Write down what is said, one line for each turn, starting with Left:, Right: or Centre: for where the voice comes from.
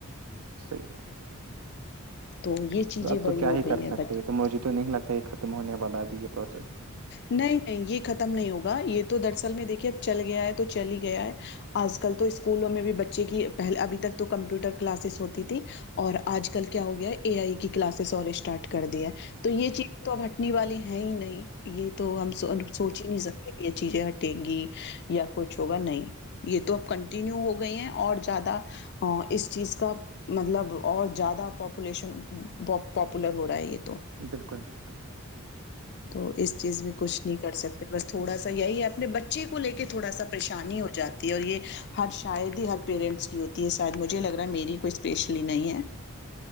Right: صحیح ہے
Left: تو یہ چیزیں
Right: اب تو
Left: بڑی
Right: کیا
Left: ہو
Right: ہی
Left: گئی
Right: کر سکتے
Left: بچے
Right: ہیں تو مجھے تو نہیں لگتا یہ ختم ہونے والا بھی یہ پروسیس
Left: نہیں نہیں یہ ختم نہیں ہوگا یہ تو دراصل میں دیکھیے اب چل گیا ہے تو چل ہی گیا ہے آج کل تو اسکولوں میں بھی بچے کی پہلے ابھی تک تو کمپیوٹر کلاسز ہوتی تھی اور آج کل کیا ہو گیا اے آئی کی کلاسز اور اسٹارٹ کر دیا تو یہ چیز تو اب ہٹنے والی ہے ہی نہیں یہ تو ہم سوچ ہی نہیں سکے کہ یہ چیزیں ہٹے گی یا کچھ ہوگا نہیں یہ تو اب کنٹینیو ہو گئی ہیں اور زیادہ اس چیز کا مطلب اور زیادہ پاپولیشن پاپولر ہو رہا ہے یہ تو
Right: بالکل بالکل
Left: تو اس چیز میں کچھ نہیں کر سکتے بس تھوڑا سا یہی ہے اپنے بچے کو لے کے تھوڑا سا پریشانی ہو جاتی ہے اور یہ ہر شاید ہی ہر پیرنٹس کی ہوتی ہے شاید مجھے لگ رہا ہے میری کوئی اسپیشلی نہیں ہے